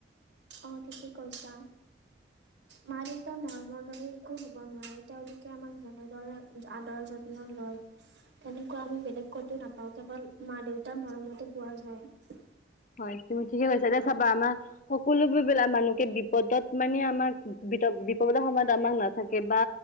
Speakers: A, on the right; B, on the left.
A: অ ঠিকে কৈছা।
B: <inaudible>
A: মা দেউতা মৰমৰ দৰে একো হ'ব নোৱাৰে তেওঁলোকে আমাক যেনেদৰে আদৰ যত্ন লয়। তেনেকুৱা আমি বেলেগ ক'তো নাপাওঁ কেৱল মা দেউতাৰ মৰমতে পোৱা যায়।
B: হয় তুমি ঠিকে কৈছা এ চাবা আমাৰ সকলোবোৰ বিলাক মানুহকে বিপদত মানে আমাক বি বিপদৰ সময়ত আমাক নাথাকে বা